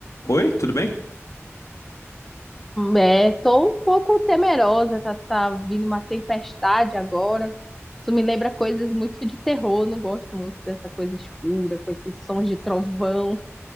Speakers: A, on the left; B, in the centre.
A: Oi, tudo bem?
B: É, tô um pouco temerosa, tá, tá vindo uma tempestade agora. Isso me lembra coisas muito de terror, não gosto muito dessa coisa escura, com esses sons de trovão.